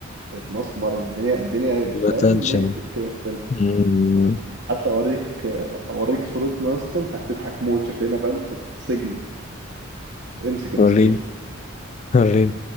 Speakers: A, on the right (about 55°); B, on the left (about 35°).
A: متمسمر الدنيا الدنيا
B: الاتنشن
A: فاهم نشفت كده
B: مم.
A: حتى اوريك هوريك صورتنا يا اسطى انت هتضحك موت شكلنا فاهم سجن امسك امسك
B: وريني
A: شوف
B: وريني